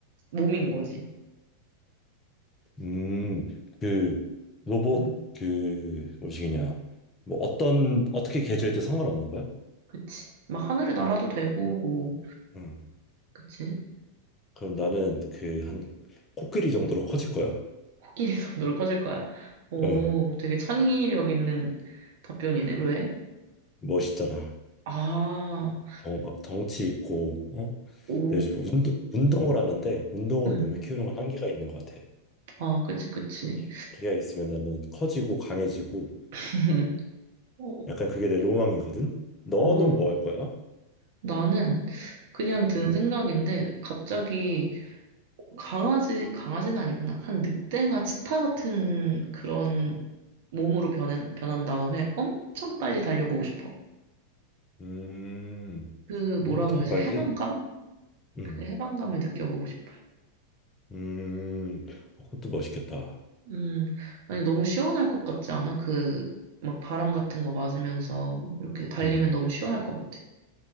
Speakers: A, on the right; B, on the left.
A: 몸인 거지.
B: 음, 그 로봇
A: 음
B: 그 뭐시기냐, 뭐 어떤 어떻게 개조해도 상관없는 거야?
A: 그치. 막 하늘을 날아도 되고, 뭐,
B: 음,
A: 그치?
B: 그럼 나는 그 한 코끼리 정도로 커질 거야.
A: 코끼리도 <laughs> 놀 하실 거야. 오,
B: 어,
A: 되게 창의력 있는 답변이네. 왜?
B: 멋있잖아.
A: 아,
B: 덩, 막 덩치 있고, 어?
A: 오,
B: 내가 요즘 운동, 운동을 하는데 운동으로
A: 음,
B: 몸을 키우는 건 한계가 있는 것 같아.
A: 아, 그치, 그치.
B: 기, 기가 있으면 나는 커지고 강해지고.
A: <laughs> 어,
B: 약간 그게 내 로망이거든. 너는
A: 어, 어,
B: 뭐 할 거야?
A: 나는 그냥
B: 음.
A: 든 생각인데, 갑자기 강아지, 강아지는 아니구나. 한 늑대나 치타 같은 그런 몸으로 변한, 변한 다음에 엄청 빨리 달려보고 싶어.
B: 음,
A: 그,
B: 엄청
A: 뭐라 그러지?
B: 빨리.
A: 해방감?
B: 음,
A: 그 해방감을 느껴보고 싶어.
B: 음, 어, 그것도 멋있겠다.
A: 음, 아니, 너무 시원할 것 같지 않아? 그, 막 바람 같은 거 맞으면서 이렇게 달리면
B: 음,
A: 너무 시원할 것 같아.